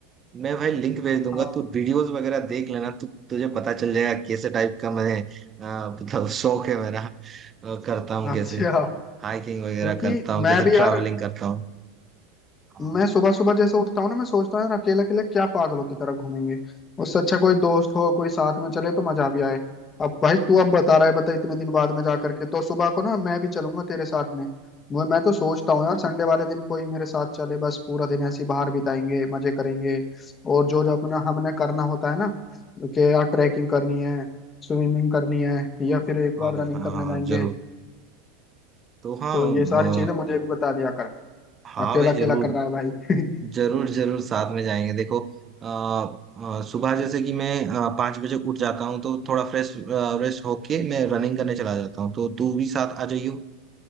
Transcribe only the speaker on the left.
हाँ
अच्छा
क्योंकि
मैं
भी यार
मैं सुबह सुबह जैसे उठता हूँ ना मैं सोचता हूँ यार अकेले अकेले क्या पागलों की तरह घूमेंगे उससे अच्छा कोई दोस्त हो कोई साथ में चले तो मजा भी आए अब भाई तू अब बता रहा है बता इतने दिन बाद में जा करके तो सुबह को ना मैं भी चलूंगा तेरे साथ में मैं मैं तो सोचता हूँ यार संडे वाले दिन कोई मेरे साथ चले बस पूरा दिन ऐसे ही बाहर बिताएंगे मजे करेंगे और जो जो अपना हमने करना होता है ना कि यार ट्रैकिंग करनी है स्विमिंग करनी है या फिर एक
बार
रनिंग
करने
जाएंगे
तो ये सारी चीजें
मुझे भी बता दिया कर
अकेला
अकेला
कर रहा है भाई <laughs>